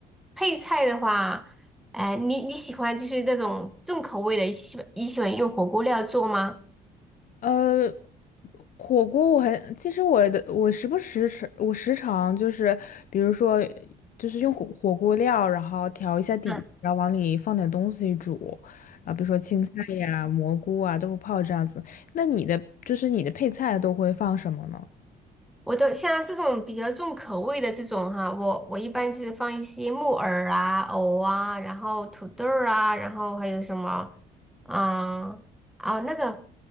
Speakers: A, in the centre; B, on the left.
A: 配菜的话，哎、你你喜欢就是那种重口味的，你喜欢你喜欢用火锅料做吗？
B: 呃，火锅我还其实我的我时不时吃，我时常就是比如说就是用火火锅料，然后调一下底，
A: 嗯，
B: 然后往里放点东西煮，啊，比如说青菜呀、蘑菇啊、豆腐泡这样子。那你的就是你的配菜都会放什么呢？
A: 我都像这种比较重口味的这种哈，我我一般就是放一些木耳啊、藕啊，然后土豆儿啊，然后还有什么，啊啊那个